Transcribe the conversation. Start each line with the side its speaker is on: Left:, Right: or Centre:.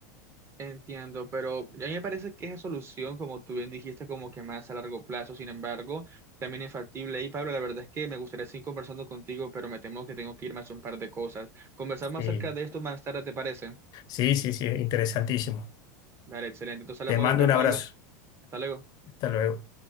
Right: Entiendo, pero a mí me parece que esa solución, como tú bien dijiste, como que más a largo plazo, sin embargo, también es Y Pablo, la verdad es que me gustaría seguir conversando contigo, pero me temo que tengo que irme a hacer un par de cosas. Conversar más
Left: Sí,
Right: acerca de esto más tarde, ¿te parece?
Left: sí, sí, sí, interesantísimo.
Right: Dale, excelente. Entonces hablamos
Left: Te mando
Right: después,
Left: un
Right: Pablo.
Left: abrazo.
Right: Hasta luego.
Left: Hasta luego.